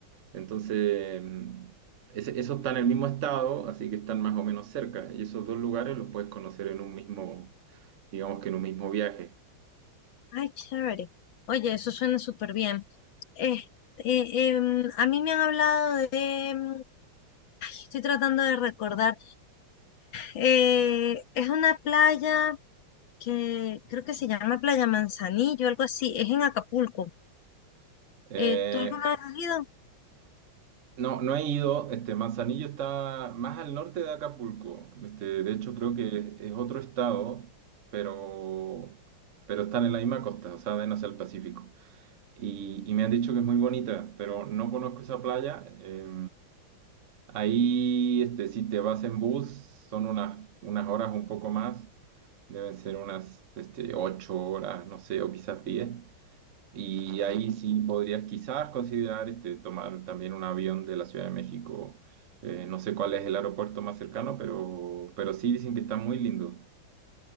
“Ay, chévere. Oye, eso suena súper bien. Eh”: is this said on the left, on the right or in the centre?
Left